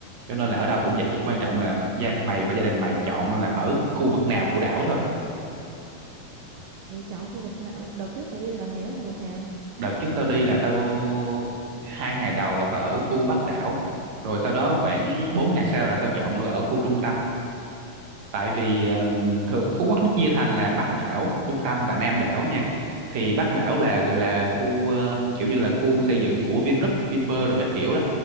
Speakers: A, on the right (about 65°); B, on the right (about 80°).
A: cho nên là ở đâu cũng vậy quan trọng là gia mày và gia đình mày chọn là ở khu vực nào của đảo thôi
B: vậy chọn khu vực nào? Đợt trước mày đi là mày ở khu vực nào?
A: đợt trước tao đi là tao hai ngày đầu là tao ở khu Bắc đảo rồi sau đó khoảng 4 ngày sau là tao chọn ở khu trung tâm tại vì um, thượng Phú Quốc nó chia thành là Bắc đảo, Trung tâm và Nam đảo nha. Thì Bắc đảo là là khu ờ, kiểu như là khu xây dựng của Vingroup, Vinpearl rồi các kiểu đó.